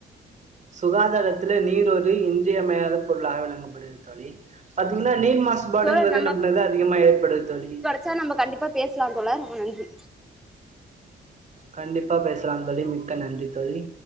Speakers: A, on the right; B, in the centre.
A: சுகாதாரத்துல நீர் ஒரு இன்றியமையாத பொருளாக விளங்கப்படுது தோழி பாத்தீங்ன்னா நீர் மாசுபாடுங்கிறது
B: தோழர்
A: நம்பளால அதிகமா ஏற்படுது தோழி
B: சோ நம்ம கண்டிப்பா பேசலா தோழர் ரொம்ப நன்றி
A: கண்டிப்பா பேசலா தோழி மிக்க நன்றி தோழி